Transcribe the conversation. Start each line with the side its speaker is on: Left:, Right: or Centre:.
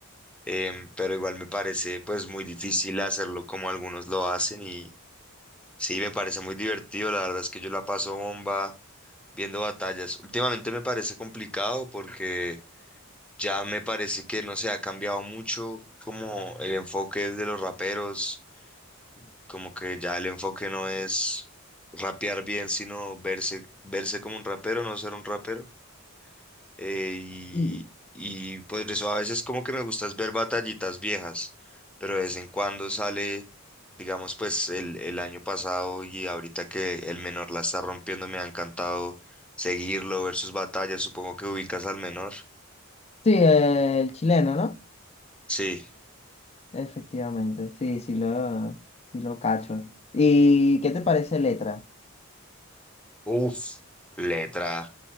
Centre: em, pero igual me parece pues muy difícil hacerlo como algunos lo hacen y sí, me parece muy divertido. La verdad es que yo la paso bomba viendo batallas. Últimamente me parece complicado porque ya me parece que no se ha cambiado mucho como el enfoque de los raperos como que ya el enfoque no es rapear bien, sino verse, verse como un rapero, no ser un rapero. Eh, y,
Left: Y,
Centre: y pues eso a veces como que me gusta es ver batallitas viejas, pero de vez en cuando sale, digamos pues el, el año pasado y ahorita que el menor la está rompiendo, me ha encantado seguirlo, ver sus batallas, supongo que ubicas al menor.
Left: sí, eh, el chileno, ¿no?
Centre: Sí.
Left: Efectivamente, sí, sí lo, sí lo cacho. ¿Y qué te parece letra?
Centre: Uf, Letra,